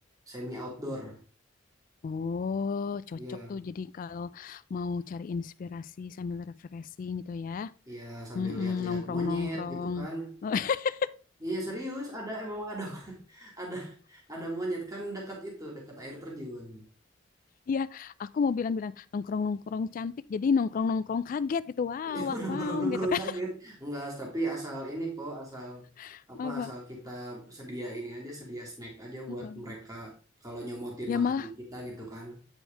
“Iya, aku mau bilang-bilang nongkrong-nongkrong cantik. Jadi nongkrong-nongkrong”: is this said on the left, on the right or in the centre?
Left